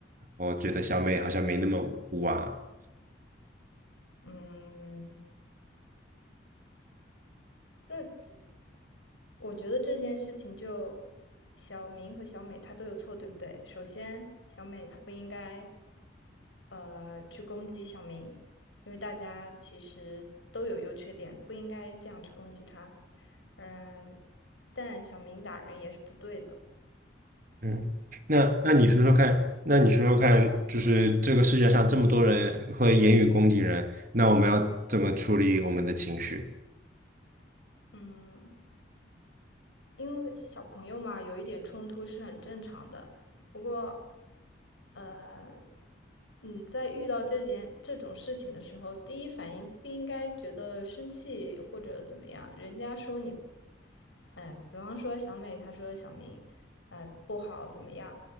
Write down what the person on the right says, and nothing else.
我觉得小美好像没那么无辜啊。
嗯，那那你说说看，那你说说看，就是这个世界上这么多人会言语攻击人，那我们要怎么处理我们的情绪？